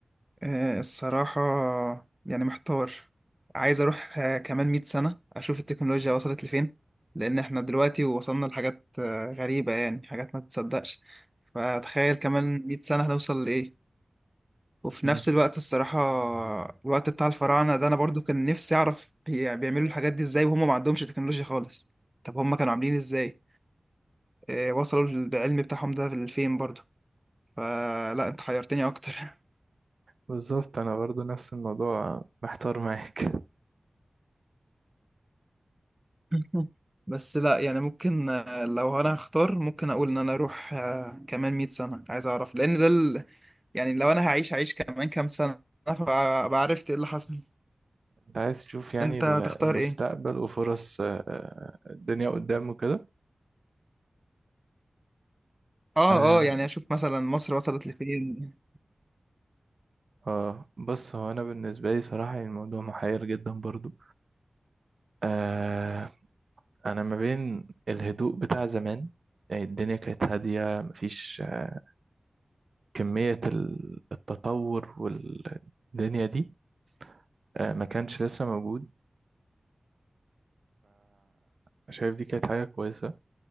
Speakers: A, on the right; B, on the right.
A: آه الصراحه يعني محتار عايز اروح آه كمان 100 سنه اشوف التكنولوجيا وصلت لفين لان احنا دلوقتي وصلنا لحاجات آه غريبه يعني حاجات ما تتصدقش فتخيل كمان 100 سنه هنوصل لايه وفي
B: مم.
A: نفس الوقت الصراحة الوقت بتاع الفراعنة ده أنا برضو كان نفسي أعرف بي- بيعملوا الحاجات دي إزاي وهم ما عندهمش تكنولوجيا خالص طب هم كانوا عاملين إزاي آه، وصلوا بالعلم بتاعهم ده لفين برضو فلا أنت حيرتني أكتر
B: بالظبط أنا برضو نفس الموضوع محتار معاك
A: <laughs> بس لا يعني ممكن آه، لو أنا هختار ممكن أقول إن أنا أروح آه، كمان 100 سنة عايز أعرف لأن ده ال... يعني لو أنا هعيش هعيش كمان كام سنة فعرفت إيه اللي حصل
B: انت عايز تشوف يعني
A: أنت
B: ال-
A: هتختار
B: المستقبل
A: إيه؟
B: وفرص آه، آه، الدنيا قدام وكده
A: آه
B: آه
A: آه يعني أشوف مثلا مصر وصلت لفين
B: آه بص هو أنا بالنسبة لي صراحة يعني الموضوع محير جدا برضو آه أنا ما بين الهدوء بتاع زمان يعني الدنيا كانت هادية مفيش آه، كمية ال- التطور والدنيا دي آه ما كانش لسه موجود فشايف دي كانت حاجة كويسة